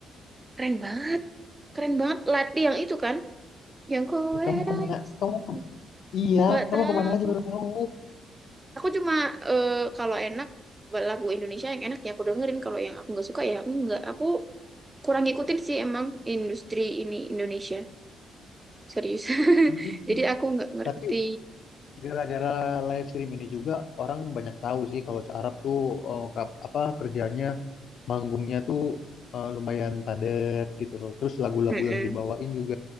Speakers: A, on the right; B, on the left.
A: Keren banget. Keren banget Lati yang itu kan. Yang kowe
B: ya kamu
A: rasakan.
B: kemana kamu ke- iya
A: Nggak
B: kamu
A: tahu.
B: kemana aja baru tahu
A: Aku cuma eh, kalau enak lagu Indonesia yang enak ya aku dengerin kalau yang aku nggak suka ya enggak aku kurang ngikutin sih emang industri ini Indonesia serius <laughs>
B: gitu
A: jadi aku nggak ngerti
B: tapi gara-gara live stream ini juga orang banyak tahu sih kalau si Arab tuh eh, kap- apa kerjanya manggungnya tuh eh, lumayan padat gitu loh. Terus lagu-lagu
A: Mm-mm.
B: yang dibawain juga